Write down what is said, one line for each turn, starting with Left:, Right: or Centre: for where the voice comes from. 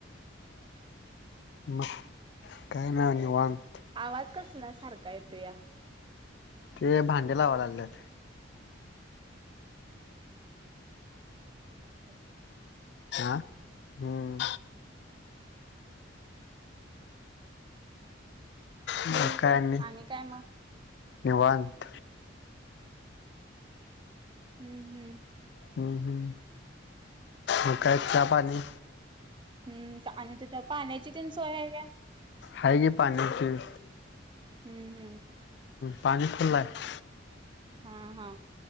Left: मग काय नाय निवांत.
Right: आवाज कसला सारखा येतुया?
Left: ते भांडे लावा लागल्यात.
Right: कसास
Left: आं. हं.. मग
Right: बोल
Left: काय
Right: की
Left: आणि
Right: काय मग
Left: निवांत
Right: हू.. हं..
Left: हुं.. हूं मग काय चहा -पाणी
Right: हम् आणि तिथं पाण्याची तेन सोय आहे काय?
Left: हाय की पाण्याची.
Right: हुं.. हुं
Left: पाणी फुल्लं आहे.
Right: हा... हा.